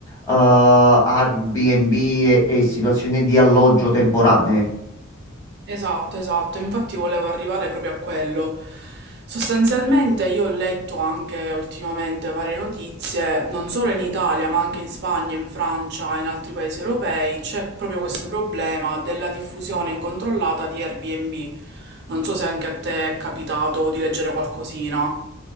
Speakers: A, on the left; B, on the right.
A: eh, Airbnb e e situazioni di alloggio temporanee.
B: Esatto, esatto, infatti volevo arrivare proprio a quello. Sostanzialmente io ho letto anche ultimamente varie notizie, non solo in Italia, ma anche in Spagna, in Francia e in altri paesi europei, c'è proprio questo problema della diffusione incontrollata di Airbnb. Non so se anche a te è capitato di leggere qualcosina.